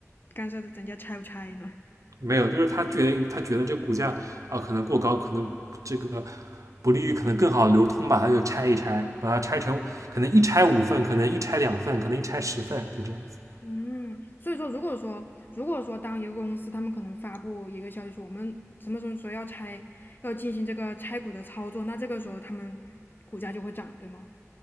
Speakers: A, on the left; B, on the right.
A: 干涉人家拆不拆呢。
B: 没有，就是他觉得他觉得这股价啊可能过高，可能这个不利于可能更好的流通吧，他就拆一拆，把它拆成可能一拆五份，可能一拆两份，可能一拆十份，就这样子。
A: 嗯，所以说如果说如果说当一个公司他们可能发布一个消息说我们什么什么时候要拆，要进行这个拆股的操作，那这个时候他们股价就会涨，对吗？